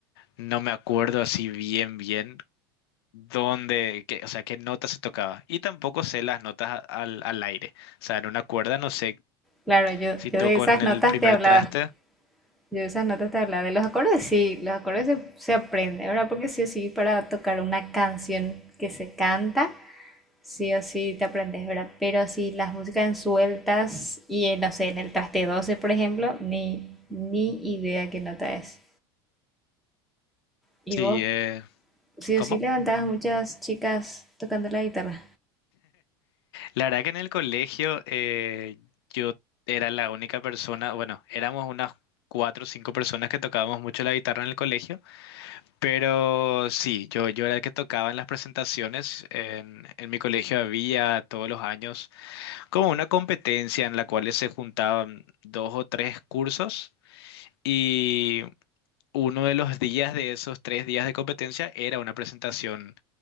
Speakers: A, on the left; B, in the centre.
A: no me acuerdo así bien, bien dónde, qué- o sea, qué notas se tocaba. Y tampoco sé las notas a- al, al aire. O sea, en una cuerda no sé
B: Claro, yo,
A: si toco
B: yo de esas
A: en el
B: notas
A: primer
B: te hablaba.
A: traste,
B: Yo de esas notas te hablaba. De los acordes sí, los acordes se, se aprende, ¿verdad? Porque sí o sí, para tocar una canción que se canta, sí o sí te aprendes, ¿verdad? Pero así las músicas en sueltas y en, no sé, en el traste 12 por ejemplo, ni, ni idea qué nota es. Y
A: si,
B: vos,
A: eh,
B: sí
A: ¿cómo?
B: o sí, levantabas muchas chicas tocando la guitarra.
A: La verdad que en el colegio eh, yo era la única persona, bueno, éramos unas cuatro o cinco personas que tocábamos mucho la guitarra en el colegio, pero sí, yo, yo era el que tocaba en las presentaciones. En, en mi colegio había todos los años como una competencia en la cual se juntaban dos o tres cursos y uno de los días de esos tres días de competencia era una presentación